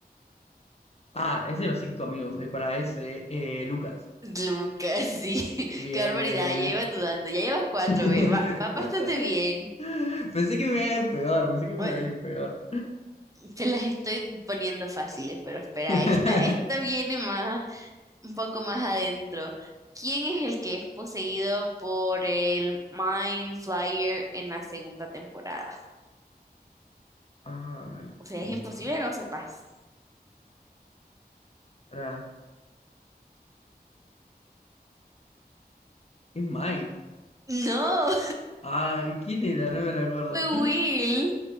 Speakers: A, on the left (about 40°); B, on the right (about 20°).
A: Ah, es de los cinco amigos. eh, para ese, eh, Lucas.
B: Lucas, sí. <laughs>
A: Bien,
B: Qué barbaridad.
A: bien, bien,
B: Ya
A: bien.
B: iba dudando. Ya llevas cuatro,
A: <laughs> Pensé
B: ve. Va, va bastante bien.
A: que me iba a ir peor. Pensé que me
B: Bueno,
A: iba a ir peor.
B: Te las estoy poniendo fáciles, pero espera,
A: <laughs>
B: esta, esta viene más, un poco más adentro. ¿Quién es el que es poseído por el Mind Flyer en la segunda temporada?
A: Ay,
B: O sea,
A: eh,
B: es imposible no sepas.
A: pará, es Mike.
B: No,
A: Ay, ¿quién era? No me lo
B: <laughs>
A: acuerdo.
B: fue Will.